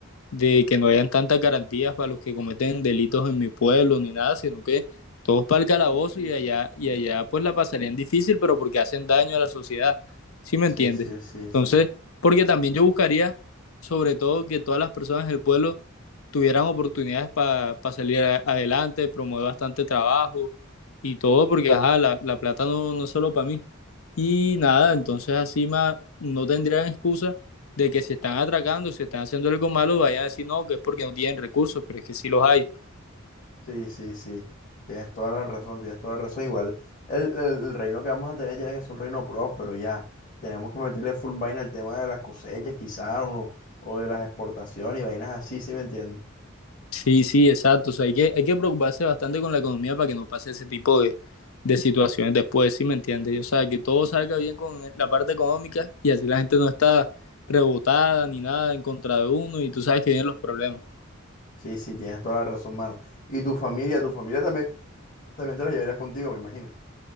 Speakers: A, on the left (about 80°); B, on the left (about 40°).
A: de que no hayan tantas garantías para los que cometen delitos en mi pueblo ni nada, sino que todos para el calabozo y allá, y allá pues la pasarían difícil, pero porque hacen daño a la sociedad, ¿sí me
B: Sí,
A: entiendes?
B: sí, sí,
A: Entonces,
B: sí.
A: porque también yo buscaría sobre todo que todas las personas del pueblo tuvieran oportunidades para pa salir a- adelante, promover bastante trabajo y todo, porque ajá, la, la plata no, no es solo para mí. Y nada, entonces así más no tendrían excusa de que si están atracando, si están haciendo algo malo, vayan a decir no, que es porque no tienen recursos, pero es que sí los hay.
B: Sí, sí, sí. Tienes toda la razón, tienes toda la razón. Igual, el, el- el reino que vamos a tener tiene que ser un reino próspero, ya. Tenemos que meterle full vaina al tema de las cosechas, quizás, o, o de las exportaciones y vainas así, ¿sí me entiendes?
A: Sí, sí, exacto. O sea, hay que, hay que preocuparse bastante con la economía para que no pase ese tipo de, de situaciones después, ¿sí me entiendes? O sea, que todo salga bien con la parte económica y así la gente no está rebotada ni nada en contra de uno y tú sabes que vienen los problemas.
B: Sí, sí, tienes toda la razón, mano. Y tu familia, tu familia también, también te la llevarías contigo, me imagino.